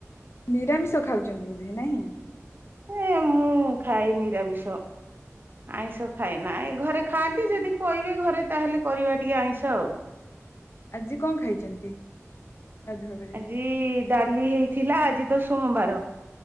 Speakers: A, on the left; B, on the right.
A: ନିରାମିଷ ଖାଉଛନ୍ତି ବୋଧେ ନାହିଁ?
B: ଏ ମୁଁ ଖାଏ ନିରାମିଷ। ଆଇଁଷ ଖାଏ ନା ଏ ଘରେ ଖାଆନ୍ତି ଯଦି କହିବେ ଘରେ ତାହେଲେ କରିବା ଟିକେ ଆଇଁଷ ଆଉ।
A: ଆଜି କଣ ଖାଇଛନ୍ତି ଗାଧୁଆ ବେଳେ?
B: ଜି ଡାଲି ହେଇଥିଲା ଆଜି ତ ସୋମବାର